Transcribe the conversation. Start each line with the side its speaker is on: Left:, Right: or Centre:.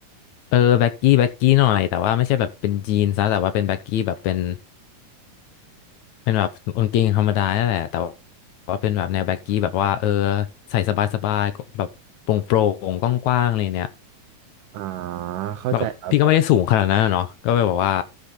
Left: เออแบ็กกี้แบ็กกี้หน่อยแต่ว่าไม่ใช่แบบเป็นยีนซะแต่ว่าเป็นแบ็กกี้แบบเป็นเป็นแบบกางเกงธรรมดานั่นแหละแต่ว่าเป็นแบบแนวแบ็กกี้แบบว่าเออใส่สบายๆแบบโปร่งๆกว้างๆอะไรเนี่ย
Right: อ่าเข้าใจครับแบบ
Left: แบบพี่ก็ไม่ได้สูงขนาดนั้นอะเนาะก็เลยแบอกว่า